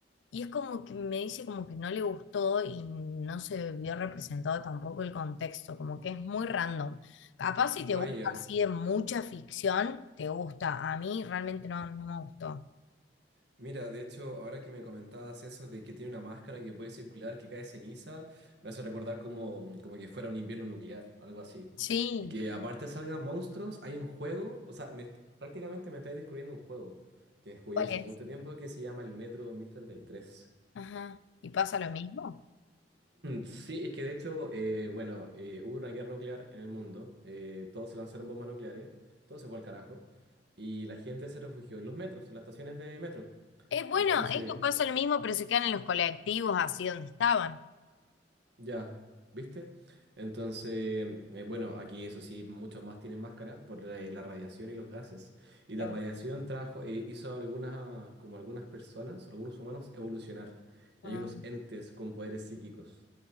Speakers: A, on the left (about 80°); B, on the right (about 65°).
A: Y es como que me dice como que no le gustó y no se vio representado tampoco el contexto, como que es muy random. Capaz si te
B: Ah,
A: gusta
B: ya.
A: así de mucha ficción, te gusta. A mí realmente no, no me gustó.
B: Mira, de hecho, ahora que me comentabas eso de que tiene una máscara que puede circular, que cae ceniza, me hace recordar como, como que fuera un invierno nuclear, algo así.
A: Sí,
B: Y que aparte salgan monstruos, hay un juego, o sea, me est- prácticamente me estáis descubriendo un juego que jugué
A: ¿cuál
B: hace
A: es?
B: mucho tiempo que se llama el Metro 2033.
A: Ajá. ¿Y pasa lo mismo?
B: Sí, es que de hecho, eh, bueno, eh, hubo una guerra nuclear en el mundo, eh, todos se lanzaron bombas nucleares, todo se fue al carajo, y la gente se refugió en los metros, en las estaciones de metro.
A: Es bueno,
B: Entonces,
A: esto pasa lo mismo, pero se quedan en los colectivos así donde estaban.
B: ya, ¿viste? Entonces, eh, bueno, aquí eso sí, muchos más tienen máscara por la, la radiación y los gases, y
A: Claro.
B: la radiación trajo, eh, hizo algunas, como algunas personas, algunos humanos evolucionar,
A: Ah,
B: y hay unos entes con poderes psíquicos.